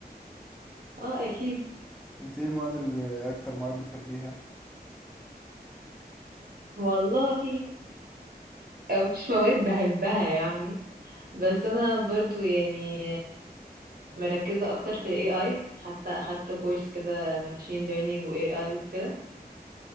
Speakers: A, on the right; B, in the centre.
A: اه اكيد
B: انت ايه المواد اللي اكتر مواد بتحبيها
A: والله آه، مفيش مواد بحبها يعني بس انا برضو يعني مركزة أكتر في ال AI حتى أخدت كورس كده ماشين ليرنينج و AI وكده